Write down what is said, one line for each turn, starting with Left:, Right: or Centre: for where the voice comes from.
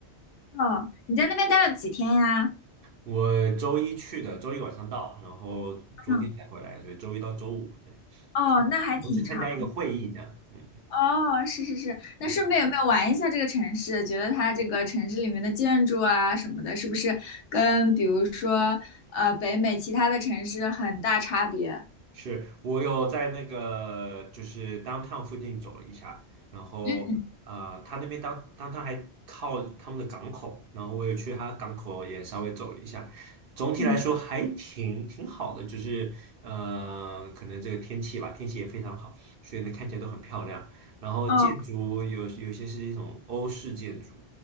Left: 哦，你在那边待了几天呀？
Right: 我周一去的，周一晚上到，然后昨天才回来，
Left: 嗯，
Right: 所以周一到周五，对，
Left: 哦，那还挺长。
Right: 我去参加一个会议，这样，嗯
Left: 哦，是是是，那顺便有没有玩一下这个城市？
Right: 嗯，
Left: 觉得它这个城市里面的建筑啊什么的，是不是跟比如说呃北美其他的城市很大差别？
Right: 是我有在那个就是 downtown 附近走了一下，然后呃，
Left: 嗯
Right: 他那边当 downtown 还靠他们的港口，然后我也去他港口也稍微走了一下，总体来说还挺挺好的，
Left: 嗯，
Right: 就是呃，可能这个天气吧，天气也非常好，所以呢看起来都很漂亮。然后建筑有有些是一种欧式建筑，
Left: 哦。